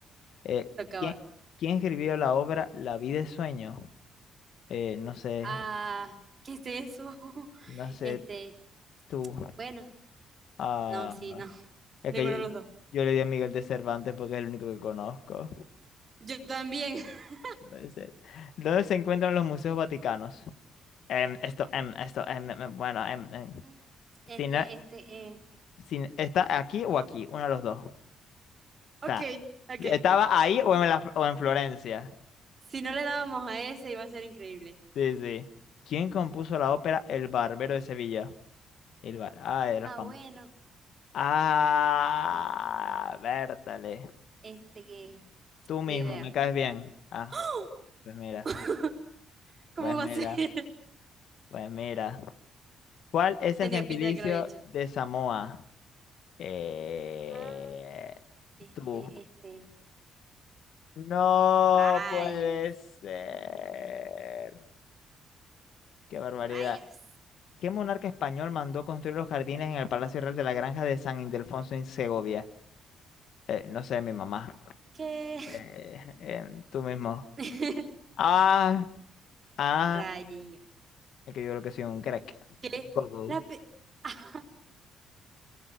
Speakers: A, on the left; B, on the right.
A: Eh,
B: tocaba.
A: ¿quién, quién escribió la obra La vida es sueño? Eh, no sé,
B: Ah, ¿qué es eso? <laughs>
A: no sé
B: Este,
A: tú.
B: bueno,
A: Ah,
B: no, sí, no. <laughs>
A: es
B: Ninguno
A: que
B: de los
A: yo,
B: dos.
A: yo le di a Miguel de Cervantes porque es el único que conozco.
B: Yo también. <laughs>
A: Puede ser. ¿Dónde se encuentran los museos vaticanos? Em, esto, em, esto, em, em, em, bueno, em, em.
B: Mm, Este,
A: Si no-
B: este, eh.
A: si- no, ¿está aquí o aquí? Uno de los dos. O
B: Ok,
A: sea,
B: ok.
A: ¿estaba ahí o en, la- o en Florencia?
B: Si no le dábamos a ese, iba a ser increíble.
A: Sí, sí. ¿Quién compuso la ópera El Barbero de Sevilla? El bar... Ah, era
B: Ah,
A: famoso.
B: bueno.
A: Ah,
B: Este, este,
A: Bertale.
B: este que.
A: Tú mismo,
B: Ni idea.
A: me caes bien. Ah,
B: <gasps>
A: pues mira,
B: <laughs> ¿Cómo
A: pues
B: va
A: mira.
B: a ser?
A: Pues mira, ¿cuál es
B: Tenía
A: el gentilicio
B: pinta de que lo había hecho.
A: de Samoa? Eh,
B: Ah, este,
A: tú.
B: este.
A: No
B: Rayos,
A: puede ser. Qué barbaridad.
B: Rayos.
A: ¿Qué monarca español mandó construir los jardines en el Palacio Real de la Granja de San Ildefonso en Segovia? Eh, no sé, mi mamá.
B: ¿Qué?
A: Eh, em, tú mismo.
B: <laughs>
A: Ah, ah,
B: rayos.
A: es que yo creo que soy un crack.
B: ¿Qué?
A: Un gogo.
B: La pe- <laughs>